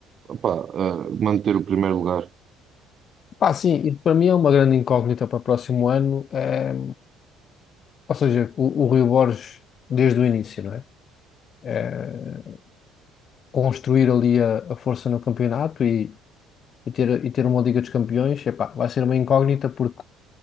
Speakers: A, on the right (about 45°); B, on the left (about 45°).
A: opá, ah, manter o primeiro lugar.
B: Pá, sim, isso para mim é uma grande incógnita para o próximo ano. eh, ou seja, o, o Rui Borges, desde o início, não é? Eh, construir ali a, a força no campeonato e, e ter, e ter uma Liga dos Campeões, epá, vai ser uma incógnita porque